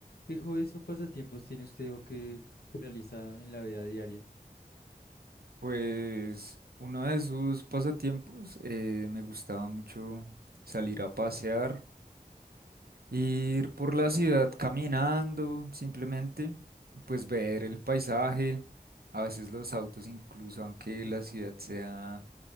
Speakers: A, on the left; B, on the right.
A: ¿Qué hobbies o pasatiempos tiene usted o que realiza en la vida diaria?
B: Pues uno de sus pasatiempos eh, me gustaba mucho salir a pasear, ir por la ciudad caminando, simplemente, pues ver el paisaje, a veces los autos incluso, aunque la ciudad sea